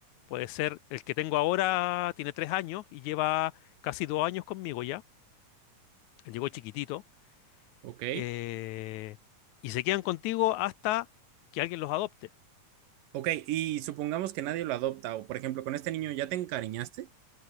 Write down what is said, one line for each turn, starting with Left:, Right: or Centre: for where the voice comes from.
Left: puede ser el que tengo ahora tiene tres años y lleva casi dos años conmigo ya, él llegó chiquitito,
Right: ok,
Left: eh, y se quedan contigo hasta que alguien los adopte.
Right: ok. Y supongamos que nadie lo adopta o, por ejemplo, con este niño ya te encariñaste.